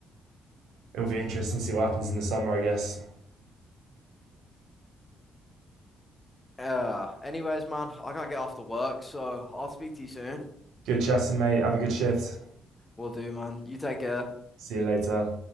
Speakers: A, on the right (about 85°); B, on the left (about 20°).
A: It'll be interesting to see what happens in the summer, I guess.
B: Uh, anyways, man, I gotta get off to work, so I'll speak to you soon.
A: Good chatting, mate. Have a good shift.
B: Will do, man. You take care.
A: See you later.